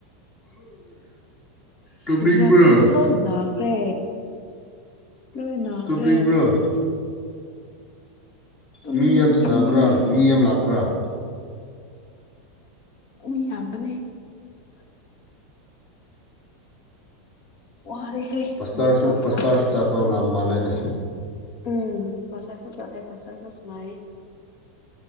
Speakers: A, on the left (about 30°); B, on the left (about 55°).
A: ꯇꯨꯝꯅꯤꯡꯕ꯭ꯔꯣ
B: ꯔꯥꯊꯨꯟꯁꯨ ꯂꯣꯏ ꯅꯥꯈ꯭ꯔꯦ ꯂꯣꯏ ꯅꯥꯈ꯭ꯔꯦ
A: ꯇꯨꯝꯅꯤꯡꯕ꯭ꯔꯣ
B: ꯇꯁꯨꯇꯅꯤꯉꯣꯏ
A: ꯃꯤ ꯌꯥꯝ ꯁꯅꯥꯕ꯭ꯔꯥ ꯃꯤ ꯌꯥꯝ ꯂꯥꯛꯄ꯭ꯔꯥ
B: ꯃꯤ ꯌꯥꯝꯌꯥꯝꯕꯅꯦ ꯑꯣꯔꯔꯤ ꯍꯩ
A: ꯄꯁꯇꯥꯔꯁꯨ
B: ꯃꯦꯡꯒꯣꯟ
A: ꯄꯁꯇꯥꯔꯁꯨ
B: ꯇꯔꯥꯏꯅ
A: ꯆꯠꯄ ꯃꯥꯜꯂꯦꯅꯦ
B: ꯎꯝ ꯄꯁꯔꯒ ꯆꯂꯦ ꯄꯁꯔꯒꯁ ꯃꯥꯥꯏ